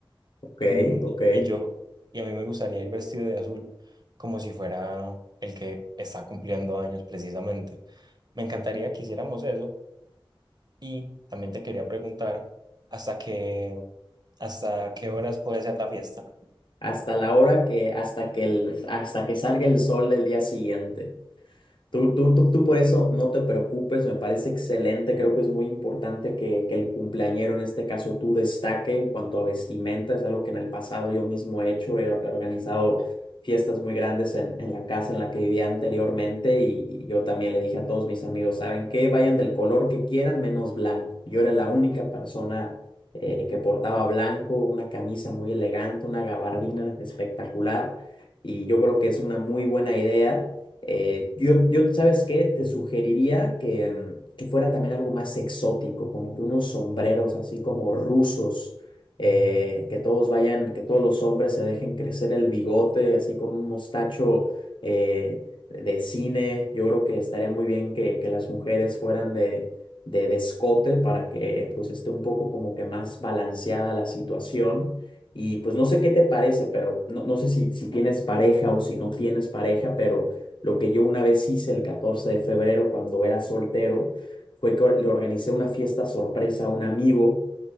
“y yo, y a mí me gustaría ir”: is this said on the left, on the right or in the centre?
Right